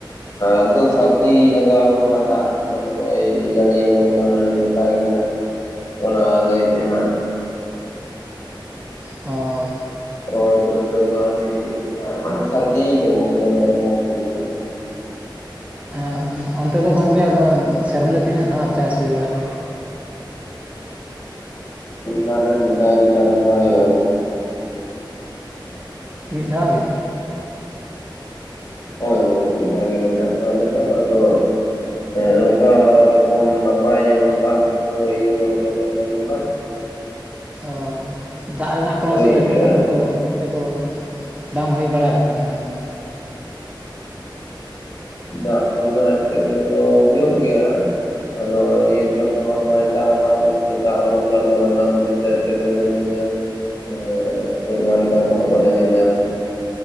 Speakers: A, on the left (about 35°); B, on the right (about 15°).
A: ᱱᱤᱛᱚᱜ ᱥᱟᱹᱨᱫᱤ ᱞᱟᱜᱟᱣ ᱠᱟᱱᱟᱜ ᱫᱟᱜ ᱱᱚᱜᱼᱚᱭ ᱡᱟᱹᱲᱤᱭᱟᱵᱚᱱ ᱠᱟᱱᱟ ᱟᱹᱰᱤ ᱱᱟᱯᱟᱭ ᱱᱟᱯᱟᱭ ᱜᱮ ᱦᱟᱸᱜ ᱚᱱᱟ ᱞᱟᱹᱭᱛᱮ ᱦᱟᱸᱜ
B: ᱦᱳᱭᱻᱻ
A: ᱨᱚᱦᱚᱭ ᱠᱚᱫᱚ ᱱᱤᱛ ᱫᱚ ᱟᱹᱰᱤ ᱢᱟᱱᱮ ᱥᱟᱹᱨᱫᱤ ᱠᱟᱱᱟ ᱱᱤᱛᱳᱜ ᱫᱚ ᱥᱟᱨᱫᱤ ᱠᱟᱱᱟ
B: ᱟᱨ ᱚᱱᱛᱮ ᱫᱚ ᱜᱚᱝᱠᱮ ᱟᱫᱚ ᱥᱮᱨᱢᱟ ᱨᱮ ᱛᱤᱱᱟᱹᱜ ᱫᱷᱟᱣ ᱪᱟᱥ ᱦᱩᱭ ᱵᱟᱲᱟᱜ ᱜᱮᱭᱟ?
A: ᱥᱮᱨᱢᱟ ᱨᱮ ᱢᱤᱫ ᱫᱷᱟᱣ ᱜᱮ ᱪᱟᱥ ᱫᱚ ᱦᱩᱭᱩᱜ-ᱟ᱾ ᱜᱚᱢᱠᱮ᱾
B: ᱢᱤᱫ ᱫᱷᱟᱣ ᱜᱮ?
A: ᱦᱳᱭ ᱦᱳᱭ ᱢᱤᱫ ᱫᱷᱟᱣ ᱜᱮᱞᱮ ᱪᱟᱥᱟ ᱟᱞᱮ ᱫᱚ ᱟᱫᱚ ᱱᱚᱝᱠᱟ ᱨᱚᱠᱚᱢ ᱱᱟᱯᱟᱭᱚᱜ ᱫᱟᱜ ᱠᱚ ᱤᱭᱟᱹ ᱠᱚ ᱛᱟᱦᱮᱸ ᱞᱮᱱᱠᱷᱟᱱ ᱫᱚ ᱦᱟᱸᱜ᱾
B: ᱚᱻ ᱫᱟᱜ ᱨᱮᱱᱟᱜ ᱠᱳᱱᱚ
A: ᱦᱩᱭᱩᱜ
B: ᱥᱮ ᱮᱴᱠᱮᱴᱚᱬᱮ
A: ᱜᱮᱭᱟ ᱟᱨᱠᱤ
B: ᱠᱚ ᱚᱱᱛᱮ ᱠᱚ ᱵᱟᱝ ᱦᱩᱭ ᱵᱟᱲᱟ ᱟᱠᱟᱱᱟ? ᱟ <inaudible>
A: ᱫᱟᱜ ᱠᱚᱨᱮᱱᱟᱜ ᱮᱸᱴᱠᱮᱴᱚᱬᱮ ᱫᱚ ᱦᱩᱭᱩᱜ ᱜᱮᱭᱟ᱾ ᱟᱫᱚ ᱱᱤᱭᱟᱹ ᱪᱚᱨ ᱫᱚ ᱵᱟᱝ ᱢᱟᱭ ᱫᱟᱜ ᱠᱟᱜ ᱵᱚᱱ ᱥᱮ ᱫᱟᱜ ᱵᱚᱱ ᱜᱟᱱᱚᱜᱼᱟ ᱚᱱᱟ ᱠᱷᱟᱹᱛᱤᱨ ᱛᱮ ᱮᱴᱠᱮᱴᱚᱬᱮ ᱫᱚ ᱱᱤᱭᱟᱹ ᱮᱸᱻ ᱥᱮᱨᱢᱟ ᱞᱮᱠᱟ ᱛᱮᱦᱚᱸ ᱵᱟᱞᱮ ᱧᱮᱞ ᱧᱟᱢᱟ᱾